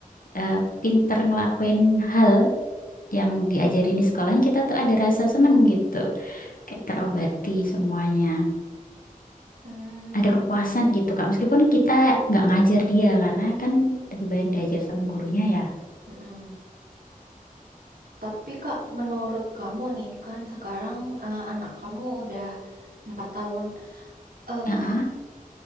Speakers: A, on the left; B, on the right.
A: eh, pinter ngelakuin hal yang diajarin di sekolahnya, kita tuh ada rasa seneng gitu. Kayak terobati semuanya.
B: Mm.
A: Ada kepuasan gitu, Kak. Meskipun kita nggak ngajar dia, karena kan lebih banyak diajar sama gurunya ya.
B: Mm-mm. Tapi Kak, menurut kamu nih kan sekarang eh, anak kamu udah Empat tahun. Eh,
A: Ah,